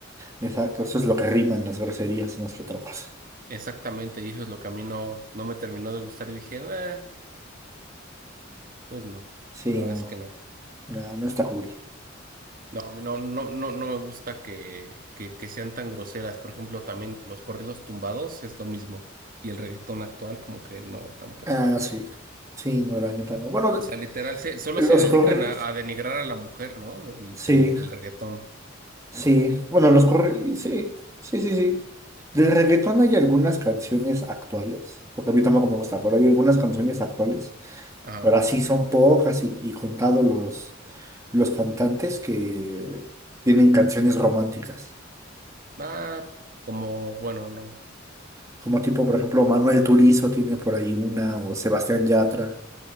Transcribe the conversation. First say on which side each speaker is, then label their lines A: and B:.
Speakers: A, on the right; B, on the right.
A: Exacto. Eso es lo que riman las groserías más que otra cosa.
B: exactamente, y eso es lo que a mí no, no me terminó de gustar y dije, eh, pues no,
A: Sí,
B: la verdad
A: no.
B: es que no.
A: No, no está cool.
B: No, a mí no, no, no, no me gusta que, que, que sean tan groseras. Por ejemplo, también los corridos tumbados es lo mismo. Y el reggaetón actual, como que no, tampoco.
A: Ah, sí. Sí, no, la neta no. Bueno,
B: O sea, literal, se, solo
A: los
B: se dedican
A: corridos.
B: a, a denigrar a la mujer, ¿no? Lo- El,
A: Sí,
B: el, el reggaetón.
A: sí. Bueno, los corridos. Sí, sí, sí, sí. Del reggaetón hay algunas canciones actuales, porque a mí tampoco me gusta, pero hay algunas canciones actuales
B: Ajá.
A: pero así son pocas y, y contados los, los cantantes que tienen canciones románticas.
B: Ah, como, bueno, no.
A: Como tipo, por ejemplo, Manuel Turizo tiene por ahí una, o Sebastián Yatra,